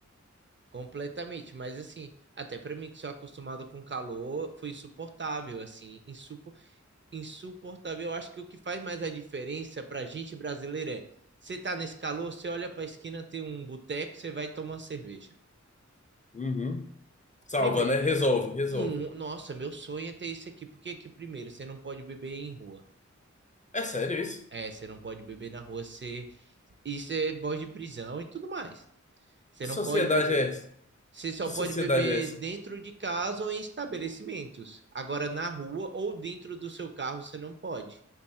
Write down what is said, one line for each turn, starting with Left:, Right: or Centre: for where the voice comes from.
Right: completamente. Mas assim, até para mim que sou acostumado com calor, foi insuportável, assim, insupo, insuportável. Eu acho que o que faz mais a diferença para gente brasileira é, você tá nesse calor, você olha para a esquina, tem um boteco, você vai tomar uma cerveja.
Left: Uhum. Salva,
Right: Primeiro,
Left: né? Resolve, resolve.
Right: Hum, nossa, meu sonho é ter isso aqui, porque aqui primeiro, você não pode beber em rua.
Left: É sério isso?
Right: É, você não pode beber na rua, você... isso é voz de prisão e tudo mais. Você
Left: Que
Right: não
Left: sociedade
Right: pode beber.
Left: é essa?
Right: Você só
Left: Que
Right: pode
Left: sociedade
Right: beber
Left: é essa?
Right: dentro de casa ou em estabelecimentos. Agora, na rua ou dentro do seu carro, você não pode.